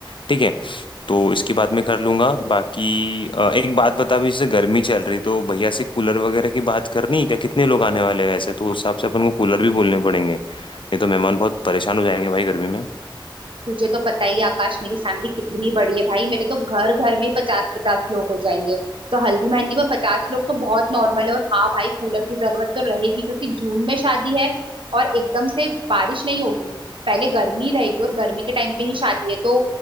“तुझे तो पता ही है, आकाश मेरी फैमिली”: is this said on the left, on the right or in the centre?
Right